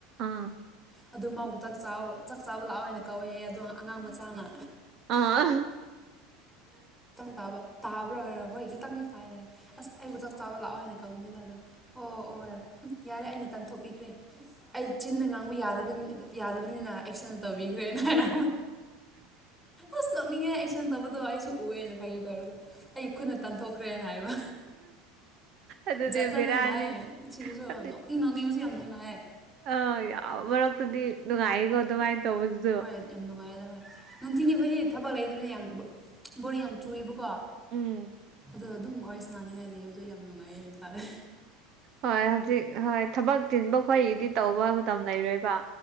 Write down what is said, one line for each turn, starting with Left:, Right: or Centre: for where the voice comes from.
Right: ꯑꯥ
Centre: ꯑꯗꯨ ꯃꯥꯕꯨꯥꯛ ꯆꯥꯛ ꯆꯥꯕ ꯂꯥꯛꯑꯣꯏ ꯑꯣꯏꯅ ꯀꯧꯋꯦ ꯑꯗꯣ ꯑꯉꯥꯡ ꯃꯆꯥꯅ
Right: ꯑꯥ
Centre: ꯇꯥꯕ꯭ꯔꯣ ꯍꯥꯏꯔ ꯍꯣꯏ ꯈꯤꯇꯪꯗꯤ ꯇꯥꯏ ꯍꯥꯏꯔ ꯑꯁ ꯑꯩꯕꯨ ꯆꯥꯛ ꯆꯥꯕ ꯂꯥꯛꯑꯣ ꯍꯥꯏꯅ ꯀꯧꯕꯅꯤꯖꯗꯣ ꯑꯣ ꯑꯣ ꯍꯣꯏ ꯎꯝ ꯌꯥꯔꯦ ꯑꯩꯅ ꯇꯥꯟꯊꯣꯛꯄꯤꯈ꯭ꯔꯦ ꯑꯩ ꯆꯤꯟꯅ ꯉꯥꯡꯕ ꯌꯥ ꯌꯥꯗꯕꯅꯤꯅ ꯑꯦꯛꯁꯟ ꯇꯧꯕꯤꯈ꯭ꯔꯦꯅ ꯍꯥꯏꯔ ꯑꯁ ꯅꯣꯛꯅꯤꯡꯉꯦ ꯑꯦꯛꯁꯟ ꯇꯧꯕꯗꯣ ꯑꯩꯁꯨ ꯎꯑꯦꯅ ꯐꯈꯤ ꯇꯧꯔꯒ ꯑꯩ ꯈꯨꯠꯅ ꯇꯥꯟꯊꯣꯛꯈ꯭ꯔꯦꯅ ꯍꯥꯏꯕ
Right: ꯑꯗꯨꯅꯦ
Centre: ꯖꯥꯠ ꯖꯠ
Right: ꯕꯦꯔꯥꯅꯤ
Centre: ꯊꯦꯡꯅꯌꯦ ꯁꯤꯗꯁꯨ
Right: ꯍꯥꯏꯗꯤ
Centre: ꯅꯣꯛꯅꯤꯡ ꯅꯣꯡꯅꯤꯡꯕꯨꯁꯨ ꯌꯥꯝ ꯊꯦꯡꯅꯑꯌꯦ
Right: ꯑꯥ ꯌꯥꯎ ꯃꯔꯛꯇꯨꯗꯤ ꯅꯨꯡꯉꯥꯏꯀꯣ ꯑꯗꯨꯃꯥꯏꯅ ꯇꯧꯕꯗꯨꯁꯨ
Centre: ꯍꯣꯏ ꯌꯥꯝ ꯅꯨꯡꯉꯥꯏꯌꯦꯦꯗ ꯍꯣꯏ ꯅꯨꯡꯊꯤꯅꯤ ꯑꯩꯈꯣꯏꯗꯤ ꯊꯕꯛ ꯂꯩꯗꯅ ꯌꯥꯝ ꯕꯣꯣꯔ ꯌꯥꯝ ꯆꯨꯏꯕꯀꯣ
Right: ꯎꯝ
Centre: ꯑꯗꯣ ꯑꯗꯨꯝ ꯋꯥꯔꯤꯁꯅꯥꯅꯤꯡꯉꯥꯏ ꯂꯩꯕꯗꯣ ꯌꯥꯝ ꯅꯨꯡꯉꯥꯏ ꯍꯥꯏꯕ ꯇꯥꯔꯦ
Right: ꯍꯣꯏ ꯍꯧꯖꯤꯛ ꯍꯣꯏ ꯊꯕꯛ ꯇꯤꯟꯕ ꯈꯣꯗꯤ ꯇꯧꯕ ꯃꯇꯝ ꯂꯩꯔꯣꯏꯕ